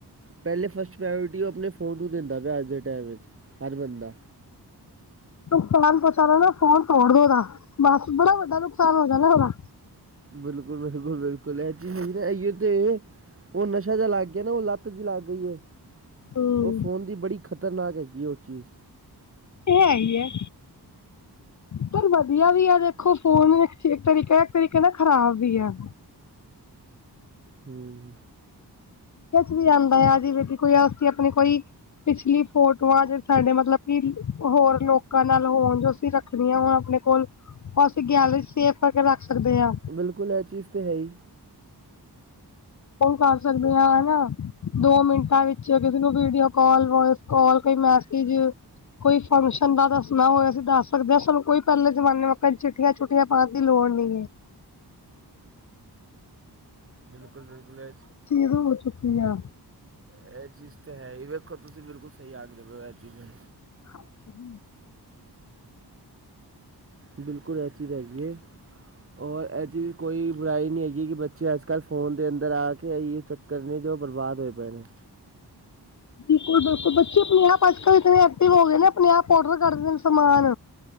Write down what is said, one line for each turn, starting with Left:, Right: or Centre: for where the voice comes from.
Right: ਪਹਿਲੇ ਫਸਟ ਪ੍ਰਓਰਟੀ ਉਹ ਆਪਣੇ ਫੋਨ ਨੂੰ ਦਿੰਦਾ ਪਿਆ ਅੱਜ ਦੇ ਟੈਮ ਵਿੱਚ, ਹਰ ਬੰਦਾ।
Left: ਨੁਕਸਾਨ ਪਹੁੰਚਾਣਾ ਨਾ ਫੋਨ ਤੋੜ ਓਦਾ ਬਸ ਬੜਾ ਵੱਡਾ ਨੁਕਸਾਨ ਹੋ ਜਾਨਾ ਓਦਾ।
Right: ਬਿਲਕੁਲ-ਬਿਲਕੁਲ ਬਿਲਕੁਲ, ਇਹ ਚਾਈਏ ਏਈਓ 'ਤੇ ਉਹ ਨਸ਼ਾ ਜਿਹਾ ਲੱਗ ਗਿਆ ਨਾ ਉਹ ਲੱਤ ਜਿਹੀ ਲੱਗ ਗਈ ਹੈ।
Left: ਹੂੰ।
Right: ਉਹ ਫੋਨ ਦੀ ਬੜੀ ਖ਼ਤਰਨਾਕ ਹੈਗੀ ਉਹ ਚੀਜ਼।
Left: 'ਤੇ ਹੈ ਹੀ ਐ। ਪਰ ਵਧੀਆ ਵੀ ਆ ਦੇਖੋ ਫੋਨ ਇੱਕ ਤਰੀਕੇ, ਇੱਕ ਤਰੀਕੇ ਨਾ ਖ਼ਰਾਬ ਵੀ ਆ।
Right: ਹਮ।
Left: ਕੁਛ ਵੀ ਆਉਂਦਾ ਆ ਜੀ ਬੇ ਕੋਈ ਅਸੀਂ ਆਪਣੇ ਕੋਈ ਪਿਛਲੀ ਫੋਟੋਆਂ ਜੇ ਸਾਡੇ ਮਤਲਬ ਕਿ ਹੋਰ ਲੋਕਾਂ ਨਾਲ ਹੋਣ ਜੋ ਅਸੀਂ ਰੱਖਣੀ ਆ ਹੁਣ ਆਪਣੇ ਕੋਲ ਉਹ ਅਸੀਂ ਗੈਲਰੀ ਸੇਫ ਕਰਕੇ ਰੱਖ ਸਕਦੇ ਹਾਂ।
Right: ਬਿਲਕੁਲ ਇਹ ਚੀਜ਼ ਤੇ ਹੈ ਹੀ।
Left: ਉਹ ਕਰ ਸਕਦੇ ਹਾਂ ਹਨਾ। ਦੋ ਮਿੰਟਾਂ ਵਿਚ ਕਿਸੇ ਨੂੰ ਵੀਡੀਓ ਕਾਲ, ਵੋਇਸ ਕਾਲ, ਕੋਈ ਮੈਸੇਜ ਕੋਈ ਫੰਕਸ਼ਨ ਦਾ ਦੱਸਣਾ ਹੋਇ ਅਸੀਂ ਦੱਸ ਸਕਦੇ ਹਾਂ, ਸਾਨੂੰ ਕੋਈ ਪਹਿਲੇ ਜਮਾਨੇ ਵਾਂਗ ਆਪਾਂ ਚਿੱਠੀਆਂ 'ਚ- ਚਿੱਠੀਆਂ ਪਾਉਣ ਦੀ ਲੋੜ ਨੀ ਐ
Right: ਬਿਲਕੁਲ-ਬਿਲਕੁਲ ਐ
Left: 'ਤੇ ਹੋ ਚੁੱਕੀ ਆ।
Right: ਇਹ ਚੀਜ਼ ਤਾਂ ਹੈ ਹੀ ਵੇਖੋ ਤੁਸੀਂ ਬਿਲਕੁਲ ਸਹੀ ਆਕਦੇ ਹੋ ਇਹ ਚੀਜ਼ ਨੂੰ
Left: ਹਾਂਜੀ।
Right: ਬਿਲਕੁਲ ਇਹ ਚੀਜ਼ ਹੈਗੀ ਹੈ। ਔਰ ਇਹ ਚੀਜ਼ ਕੋਈ ਬੁਰਾਈ ਨਹੀਂ ਹੈਗੀ ਕਿ ਬੱਚੇ ਅੱਜ ਕੱਲ ਫੋਨ ਦੇ ਅੰਦਰ ਆ ਕੇ ਇ ਚੱਕ ਕਰਨੇ 'ਚ ਬਰਬਾਦ ਹੋਏ ਪਏ ਨੇ।
Left: ਬਿਲਕੁਲ-ਬਿਲਕੁਲ ਬੱਚੇ ਆਪਣੇ-ਆਪ ਅੱਜ-ਕੱਲ੍ਹ ਇਤਨੇ ਐਕਟਿਵ ਹੋ ਗਏ ਨੇ ਆਪਣੇ-ਆਪ ਔਡਰ ਕਰਦੇ ਨੇ ਸਮਾਨ।